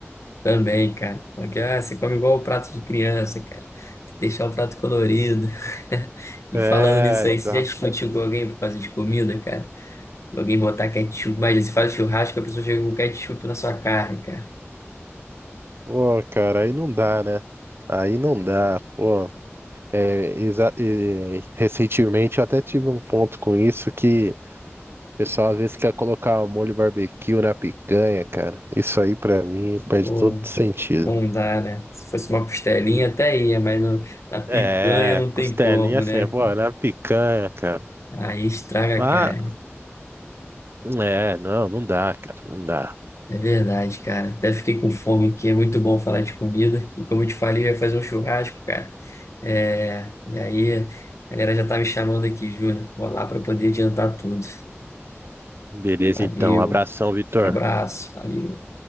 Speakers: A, on the left; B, on the right.
A: Também, cara. Porque, ah, você come igual o prato de criança, cara. Tem que deixar o prato colorido. <laughs> E
B: É,
A: falando nisso aí, você
B: tá.
A: já discutiu com alguém por causa de comida, cara? Alguém botar ketchup. Imagina, você faz churrasco, a pessoa chega com ketchup na sua carne, cara.
B: Pô, cara, aí não dá, né? Aí não dá, pô. É, exa- e- recentemente eu até tive um ponto com isso que o pessoal às vezes quer colocar molho barbecue na picanha, cara. Isso aí pra mim perde
A: Pô,
B: todo sentido.
A: Não dá, né? Se fosse uma costelinha
B: Hum.
A: até ia, mas no- na picanha
B: É,
A: não tem
B: costelinha
A: como,
B: assim,
A: né?
B: pô, na picanha, cara.
A: Aí estraga
B: mas
A: a carne.
B: É, não, não dá, cara, não dá.
A: É verdade, cara. Até fiquei com fome aqui. É muito bom falar de comida. E como eu te falei, eu ia fazer um churrasco, cara. É... E aí, a galera já tá me chamando aqui, Júnior. Vou lá pra poder adiantar tudo.
B: Beleza,
A: Valeu,
B: então. Abração, Vitor.
A: um abraço, valeu.